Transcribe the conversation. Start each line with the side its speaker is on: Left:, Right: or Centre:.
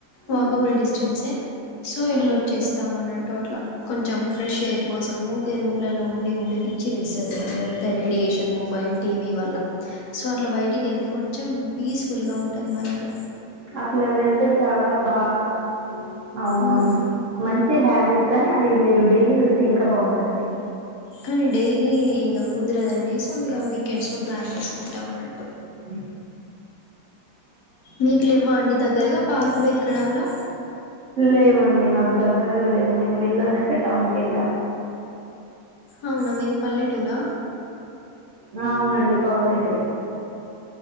Left: వాకబుల్
Right: మ్మ్.
Left: డిస్టెన్సే, సో
Right: మ్మ్.
Left: ఎల్లోచేస్తాం అన్నట్ టో అట్లా కొంచెం ఫ్రెష్ ఎయిర్ కోసము కే రూమ్ లలో ఉండి ఉండి పిచ్చి లేస్తది ఇగ, అంత రేడియేషన్, మొబైల్, టీవి వల్ల. సో అట్ల బయటికెళ్తే కొంచెం, పీస్ఫుల్ గా ఉంటది మైండ్.
Right: అట్లా వెళ్తే చాలా బాగా ఉ అవునవును
Left: మ్మ్
Right: మంచి హాబిట్ కానీ అది మీరు డైలీ వెళ్తే ఇంకా బాగుంటందండి
Left: కానీ డైలీ ఇక కుదరదండి సో ఇక వీకెండ్స్ లో ప్లాన్ చేసుకుంటాం అన్నట్టు
Right: ఉ
Left: మీకు లేవ్వ అండి దగ్గరగా పార్కులు ఎక్కడ కూడా
Right: లేవండి మాకు దగ్గరగా లేవు మేము వెళ్ళాలంటే టౌన్ కు వెళ్ళాలి
Left: అవునా మీది పల్లెటూరా
Right: ఆ అవును అండిపావు లేటురే